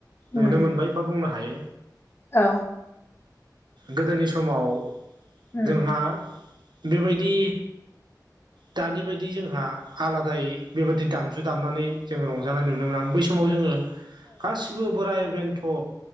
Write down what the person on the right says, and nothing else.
नुनो मोनबाय बा बुंनो हायो
गोदोनि समाव
जोंहा बेबायदि दानि बायदि जोंहा आलादायै बेबायाददि दामजु दामनानै जोङो रंजानाय नुनो मोनो बै समाव जोङो गासैबो गसिबो बोराय बेन्थ'